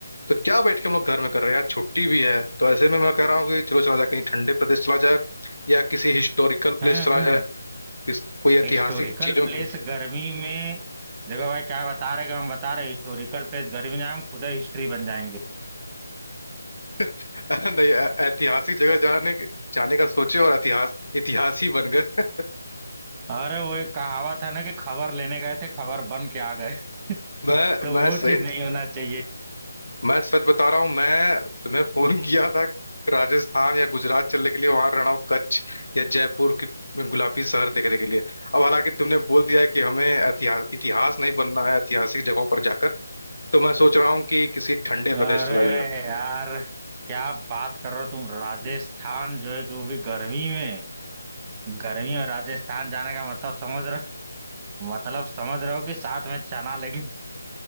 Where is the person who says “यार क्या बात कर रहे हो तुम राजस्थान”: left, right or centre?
Right